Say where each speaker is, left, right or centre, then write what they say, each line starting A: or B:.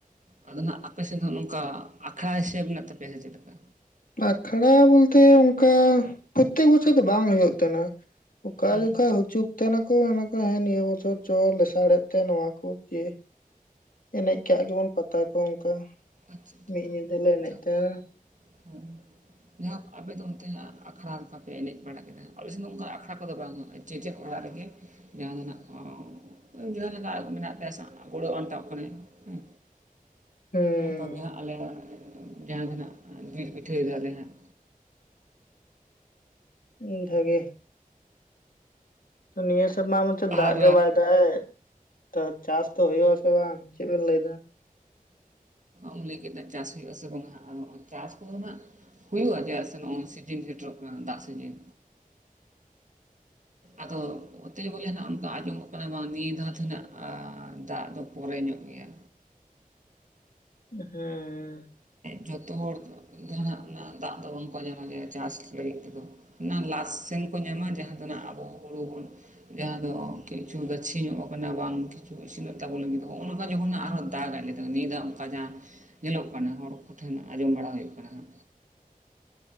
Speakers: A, on the right (about 55°); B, on the left (about 70°).
A: ᱟᱫᱚ ᱱᱟᱜ ᱟᱯᱮ ᱥᱮᱫ ᱦᱚᱸ ᱱᱚᱝᱠᱟ ᱟᱠᱷᱲᱟ ᱦᱤᱥᱟᱹᱵ ᱢᱮᱱᱟᱜ ᱛᱟᱯᱮᱭᱟ ᱥᱮ ᱪᱮᱫᱞᱮᱠᱟ
B: ᱟᱠᱷᱲᱟ ᱵᱚᱞᱛᱮ ᱚᱱᱠᱟ ᱯᱨᱚᱛᱛᱮᱠ ᱵᱚᱪᱷᱚᱨ ᱫᱚ ᱵᱟᱝ ᱦᱩᱭᱩᱜ ᱠᱟᱱᱟ ᱚᱠᱟ
A: ᱦᱩᱸ
B: ᱡᱚᱠᱚᱡ ᱦᱚᱪᱩᱜ ᱛᱟᱦᱮᱱᱟᱠᱚ ᱠᱚ ᱦᱮᱸ ᱱᱤᱭᱟᱹ ᱵᱚᱪᱷᱚᱨ ᱪᱚ ᱞᱮᱥᱟᱲᱮᱫ ᱛᱮ ᱱᱚᱣᱟ ᱠᱚ ᱡᱮ ᱮᱱᱮᱡ ᱠᱟᱜ ᱜᱮᱵᱚᱱ ᱯᱟᱛᱟ ᱠᱚ ᱚᱱᱠᱟ
A: ᱟᱪᱪᱷᱟ
B: ᱢᱤᱫ ᱧᱤᱫᱟᱹᱞᱮ ᱮᱱᱮᱡ
A: ᱡᱟᱠ
B: ᱛᱟᱦᱮᱱᱟ
A: ᱦᱮᱸ ᱡᱟᱭᱦᱳᱠ ᱟᱯᱮ ᱫᱚ ᱚᱱᱛᱮ ᱟᱠᱷᱲᱟ ᱞᱮᱠᱟᱯᱮ ᱮᱱᱮᱡ ᱵᱟᱲᱟ ᱠᱮᱫᱟ ᱟᱯᱮ ᱥᱮᱫ ᱫᱚ ᱚᱱᱠᱟ ᱟᱠᱷᱲᱟ ᱠᱚᱫᱚ ᱵᱟᱝ ᱦᱩᱭᱩᱜᱼᱟ ᱡᱮ ᱡᱟᱨ ᱚᱲᱟᱜ ᱨᱮᱜᱮ ᱡᱟᱦᱟᱸ ᱢᱮᱱᱟᱜ ᱠᱚ ᱡᱟᱦᱟᱸ ᱞᱮᱠᱟ ᱢᱮᱱᱟᱜ ᱛᱟᱭᱟ ᱜᱚᱲᱚ ᱟᱱᱴᱟᱣ ᱠᱟᱱᱟᱭ ᱦᱮᱸ
B: ᱦᱩᱸ
A: ᱚᱱᱠᱟᱜᱮ ᱦᱟᱸᱜ ᱟᱞᱮᱭᱟᱜ ᱡᱟᱦᱟᱸ ᱫᱚ ᱦᱟᱸᱜ ᱢᱤᱞ ᱯᱤᱴᱷᱟᱹᱭ ᱦᱟᱞᱮ ᱦᱟᱸᱜ
B: ᱦᱚᱸ ᱵᱷᱟᱹᱜᱮ ᱛᱚ ᱱᱤᱭᱟᱹ ᱥᱮᱨᱢᱟ ᱦᱚᱪᱮᱫ ᱫᱟᱜ
A: ᱟᱨ
B: ᱜᱮ ᱵᱟᱭᱫᱟᱜ ᱮᱫ ᱛᱚ ᱪᱟᱥ ᱛᱚ ᱦᱩᱭᱩᱜ ᱟᱥᱮ ᱵᱟᱝ ᱪᱮᱫ ᱵᱮᱱ ᱞᱟᱹᱭ ᱮᱫᱟ
A: ᱩᱱ ᱞᱟᱹᱭ ᱠᱮᱫ ᱪᱟᱥ ᱦᱩᱭᱩᱜᱼᱟ ᱥᱮ ᱵᱟᱝ ᱪᱟᱥ ᱠᱚᱫᱚ ᱦᱟᱜ ᱦᱩᱭᱩᱜᱼᱟ ᱡᱮᱫᱟᱜ ᱥᱮ ᱱᱚᱜᱼᱚᱭ ᱥᱤᱡᱤᱱ ᱥᱮᱴᱮᱨᱚᱜ ᱠᱟᱱᱟ ᱫᱟᱜ ᱥᱤᱡᱤᱱ ᱟᱫᱚ ᱚᱛᱮ ᱵᱚᱞᱮ ᱚᱱᱠᱟ ᱟᱸᱡᱚᱢᱚᱜ ᱠᱟᱱᱟ ᱵᱟᱝ ᱱᱤᱭᱟᱹ ᱫᱷᱟᱣ ᱛᱮᱱᱟᱜ ᱫᱟᱜ ᱫᱚ ᱯᱚᱨᱮ ᱧᱚᱜ ᱜᱮᱭᱟ
B: ᱦᱮᱸ
A: ᱡᱚᱛᱚ ᱦᱚᱲ ᱡᱟᱦᱱᱟᱜ ᱫᱟᱜ ᱫᱚ ᱵᱟᱝᱠᱚ ᱧᱟᱢᱚᱜ ᱜᱮᱭᱟ ᱪᱟᱥ ᱞᱟᱹᱜᱤᱫ ᱛᱮᱫᱚ ᱚᱱᱟ ᱞᱟᱥ ᱟᱥᱮᱱ ᱠᱚ ᱧᱟᱢᱟ ᱡᱟᱦᱟᱸ ᱫᱚᱱᱟᱜ ᱟᱵᱚ ᱦᱩᱲᱩ ᱵᱚ ᱡᱟᱦᱟᱸ ᱫᱚ ᱠᱤᱪᱷᱩ ᱜᱟᱹᱪᱷᱤ ᱧᱚᱜ ᱠᱟᱱᱟ ᱵᱟᱝ ᱤᱥᱤᱱᱚᱜ ᱛᱟᱵᱚ ᱞᱟᱹᱜᱤᱫ ᱱᱚᱜᱼᱚ ᱱᱚᱝᱠᱟ ᱡᱚᱠᱷᱚᱱ ᱟᱨ ᱦᱚᱸ ᱫᱟᱜ ᱟᱭ ᱞᱮᱫᱟ ᱱᱤᱭᱟᱹ ᱫᱷᱟᱣ ᱚᱱᱠᱟ ᱡᱟᱦᱟᱸ ᱧᱮᱞᱚᱜ ᱠᱟᱱᱟ ᱦᱚᱲ ᱠᱚ ᱴᱷᱮᱱ ᱟᱸᱡᱚᱢ ᱵᱟᱲᱟ ᱦᱩᱭᱩᱜ ᱠᱟᱱᱟ ᱦᱟᱜ